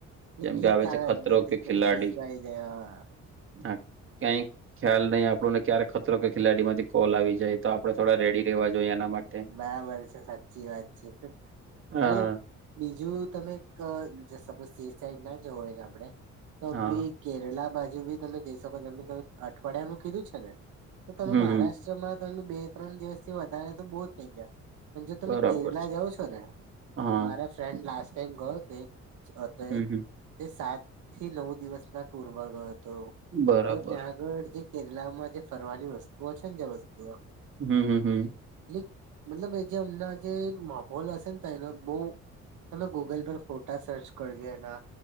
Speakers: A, on the right; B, on the right.
A: એટલે
B: જેમ
A: કીક
B: કે
A: આવે
B: છે ખતરો
A: અંદર થી
B: કે
A: પછી
B: ખિલાડી
A: જુસ્સો આઈ જાય હા.
B: હા ક્યાય ખ્યાલ ને આપણને ક્યારે ખતરો કે ખેલાડી માંથી કોલ આવી જાય તો આપડે થોડા રેડી રેવા જોઈએ એના માટે
A: બરાબર છે સાચી વાત છે
B: હા
A: અને બીજું તમે એક અહ સપોઝ તે સાઈડ ના જવો હોય ને આપણે તો
B: હા
A: બી કેરલા બાજુ બી તમે જઈ શકો જેમકે તમે અઠવાડિયાનુ કીધું છે ને તો તમે
B: હમ
A: મહારાષ્ટ્ર
B: હમ
A: માં જ તમે બે ત્રણ દિવસથી વધારે તો બોજ થઈ ગયા. પણ જો તમે
B: બરાબર
A: કેરલા
B: છે
A: જાાવ છો ને
B: હા
A: મારા ફ્રેન્ડ લાસ્ટ ટાઈમ ગયો હતો
B: હમ
A: ને
B: હમ
A: એ સાત થી નવ દિવસ ના ટુરમાં ગયો હતો.
B: બરાબર
A: તો ત્યાં આગળ જે કેરલામાં જે ફરવાની વસ્તુઓ છે ને જે વસ્તુઓ
B: હમ-હમ.
A: એટલે મતલબ એ જે હમનાં જે માહોલ હશે ને તયનો બહુ તમે ગૂગલ પર ફોટા સર્ચ કરજો એના